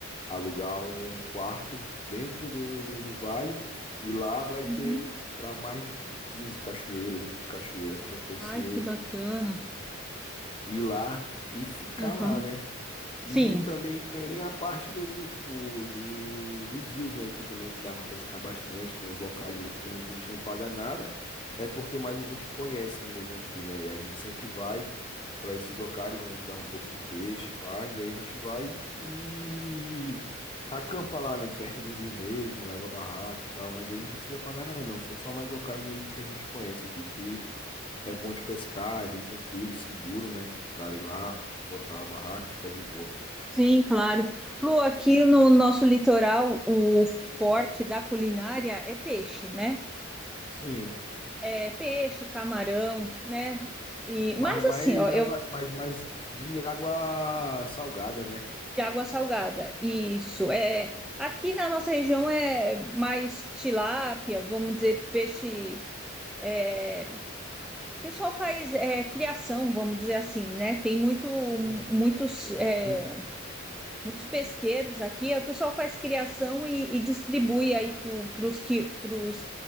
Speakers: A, on the left; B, in the centre.
A: alugar um quarto dentro do, do, do vale. E lá vai
B: Uhum.
A: ter para mais de tipo 15 cachoeiras, 20 cachoeiras para você
B: Ai, que bacana.
A: ir lá e ficar
B: Aham.
A: lá, né?
B: Sim,
A: E também tem a parte do, tipo, do, dos rios, né? Que também que dá pra pescar bastante. Tem uns locais aqui também que a gente não paga nada. É porque mais a gente conhece mesmo aqui, né? E a gente sempre vai pra esses locais onde dá um pouco de peixe, pá. E aí a gente vai e acampa lá, né? Perto do rio mesmo, leva barraca e tal. Mas aí não precisa pagar nada, não. São só mais locais mesmo que a gente conhece aqui, que é bom de pescar, é bem tranquilo, seguro, né? Pro cara ir lá, botar a barraca, ficar de boa.
B: sim, claro. Lu, aqui no nosso litoral, o forte da culinária é peixe, né?
A: Sim,
B: É peixe, camarão, né? E, mas
A: mas é mais
B: assim, ó, eu
A: água, mais, mais de água salgada, né?
B: De água salgada, isso. É, aqui na nossa região é mais tilápia, vamos dizer, peixe. é, o pessoal faz é, criação, vamos dizer assim, né? Tem muito,
A: Sim.
B: muitos. é,
A: Hum.
B: muitos pesqueiros aqui, o pessoal faz criação e, e distribui aí para os que, pros,